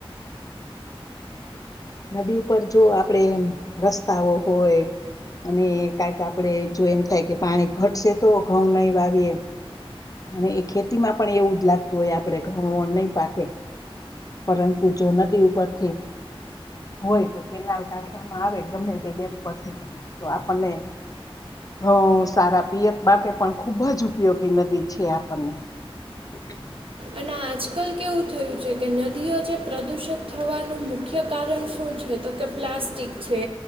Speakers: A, on the left; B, on the right.
A: નદી ઉપર જો આપડે એમ રસ્તાઓ હોય અને કાંઇક આપડણે જો એમ થાય કે પાણી ઘટશે તો ઘઉં નઈ વાવીએ અને એ ખેતીમાં પણ એવું જ લાગતું હોય આપડે ઘઉં નહી પાકે પરંતુ જો નદી ઉપરથી હોય તો કેનાલ કાઢવામાં આવે ગમે તે ડેમ પર થઈ તો આપણને હ સારા પિયત માટે પણ ખૂબ જ ઉપયોગી નદી છે આપણને <inaudible>
B: અને આજકાલ કેવું થયું છે કે નદીઓ જે પ્રદૂષિત થવાનું મુખ્ય કારણ શું છે તો કે પ્લાસ્ટિક છે